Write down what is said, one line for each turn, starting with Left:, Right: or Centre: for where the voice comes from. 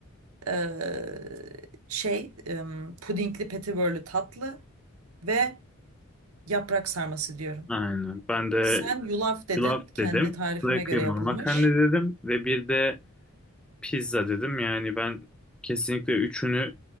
Right: Ee, şey, em, pudingli petibörlü tatlı ve yaprak sarması diyorum.
Centre: Aynen. Ben de
Right: Sen yulaf dedin.
Centre: yulaf
Right: Kendi
Centre: dedim.
Right: tarifime
Centre: Üstüne kıymalı
Right: göre yapılmış.
Centre: makarna dedim. Ve bir de pizza dedim. Yani ben kesinlikle üçünü